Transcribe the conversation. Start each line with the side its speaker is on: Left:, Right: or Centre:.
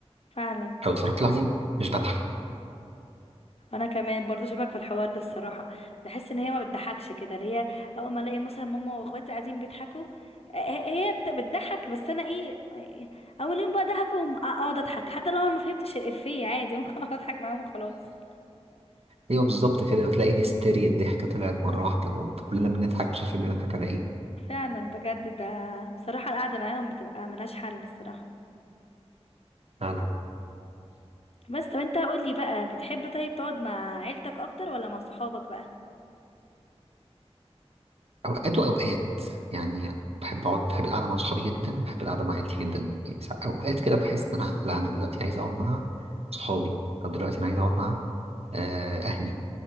Left: فعلا
Right: لو اتفرجت لوحدي مش بضحك
Left: انا كمان برضو شبك في الحوار ده الصراحه بحس ان هي ما بتضحكش كده اللي هي اول ما الاقي مثلا ماما واخواتي قاعدين بيضحكوا آه، هي هي بت- بتضحك بس انا ايه آه، اول يوم بقى ضحكوا وم- اقعد اضحك حتى لو انا ما فهمتش الافيه عادي ممكن <laughs> اقعد اضحك معاهم وخلاص
Right: أيوه بالظبط كده وتلاقي هستيريا الضحكة طلعت مرة واحدة وكلنا بنضحك مش عارفين بنضحك على إيه
Left: فعلا بجد ده صراحه القعده معاهم بتبقى ملهاش حل الصراحه
Right: فعلا
Left: بس طب انت قول لي بقى بتحب طيب تقعد مع عيلتك اكتر ولا مع صحابك بقى
Right: اوقات واوقات يعني بحب اقعد بحب القعده مع صحابي جدا وبحب القعده مع عيلتي جدا يعني سا- اوقات كده بحس ان انا لا انا دلوقتي عايز اقعد مع صحابي او دلوقتي انا عايز اقعد مع آه، اهلي